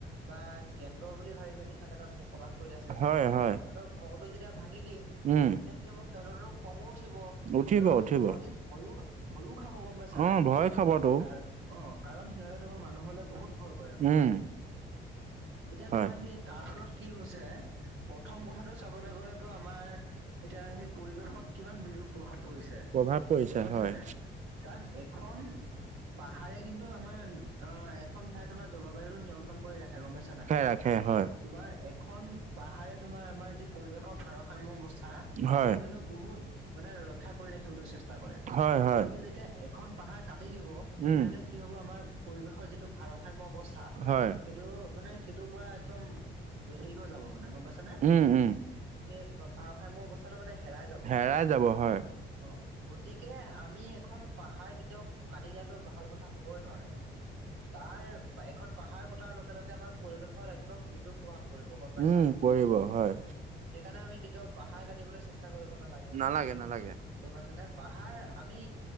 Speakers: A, on the right; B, on the right.
A: বা কেন্দ্ৰ বুলি ভাবি মেলি সিহঁতে তাত বসবাস কৰি আছে
B: হয় হয়,
A: সিহঁতক ঘৰটো যেতিয়া ভাঙি দিম তেতিয়া
B: উম,
A: কি হ'ব সিহঁততো খঙো উঠিব
B: উঠিব
A: আৰু
B: উঠিব।
A: সিহঁতি ভয়ো, ভয়ো খাব গম পাইছা
B: অ'
A: নাই
B: ভয় খাবতো,
A: কাৰ অ, কাৰণ সিহঁতে তোমাৰ মানুহলে বহুত ভয় নহয়
B: উম,
A: জানো এতিয়া
B: হয়।
A: তোমাৰ সেই তাৰ ফলত কি হৈছে প্ৰথম কথাটো চাবলৈ গলেতো আমাৰ এতিয়া সেই পৰিৱেশত কিমান বিৰূপ প্ৰভাৱ পৰিছে।
B: প্ৰভাৱ পৰিছে
A: গম পাইছা
B: হয়,
A: নাই কাৰণ এখন পাহাৰে কিন্তু আমাৰ অ, এখন ঠাই তোমাৰ জলবায়ুটো নিয়ন্ত্ৰণ কৰি ৰাখে গম পাইছা নাই।
B: ৰাখে হয়,
A: তোমাৰ এখন পাহাৰে তোমাৰ আমাৰ যি পৰিৱেশৰ ভাৰসাম্য অৱস্থা
B: হয়,
A: এটো কিন্তু বহুত মানে ৰক্ষা কৰি ৰাখিবলৈ চেষ্টা কৰে।
B: হয় হয়,
A: কিন্তু যেতিয়া এখন পাহাৰ কাটি দিব
B: উম।
A: তেনেহলে কি হ'ব আমাৰ পৰিৱেশৰ যিটো ভাৰসাম্য অৱস্থা
B: হয়,
A: সেইটো মানে সেইটোৰ পৰা একদম হেৰি হৈ যাব মানে গম পাইছে নে
B: উম উম,
A: সেই ভাৰসাম্য অৱস্থাটো মানে হেৰাই যাব।
B: হেৰাই যাব হয়।
A: অ, গতিকে আমি এখন পাহাৰ কেতিয়াও কাটি দিয়াটো ভাল কথা হ'বই নোৱাৰে তাৰ এখন পাহাৰ কটাৰ লগে, লগে আমাৰ পৰিৱেশৰ একদম বিৰূপ প্ৰভাৱ পৰিব গম পাইছা
B: উম, পৰিব হয়,
A: সেইকাৰণে আমি কেতিয়াও পাহাৰ কাটিবলৈ চেষ্টা কৰিব নালাগে।
B: নালাগে, নালাগে।
A: গৈ পাইছা নে পাহাৰ আমি